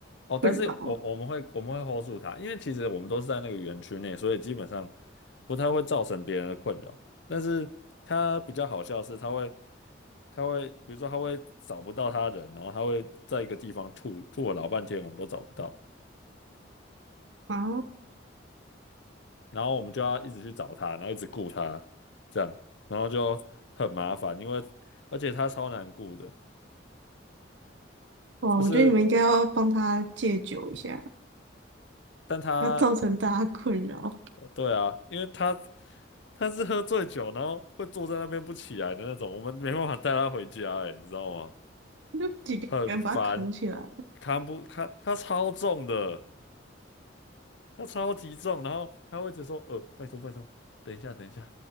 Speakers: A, on the left; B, on the right.
A: 哦，
B: 困扰
A: 但是我我们会我们会 hold 住它，因为其实我们都是在那个园区内，所以基本上不太会造成别人的困扰。但是它比较好笑的是，它会它会比如说它会找不到它人，然后它会在一个地方吐吐了老半天，我们都找不到。
B: 啊！
A: 然后我们就要一直去找他，然后一直顾他，这样，然后就很麻烦，因为而且他超难顾的，
B: 哇，
A: 就是
B: 我觉得你们应该要帮他戒酒一下，
A: 但他，
B: 不要造成大家困扰。
A: 哦对啊，因为他他是喝醉酒，然后会坐在那边不起来的那种，我们没办法带他回家，哎，你知道吗？
B: <laughs> 就几个人把他扛起来，
A: 很烦，扛不扛？他超重的，他超级重，然后他会一直说，呃，拜托拜托，等一下等一下，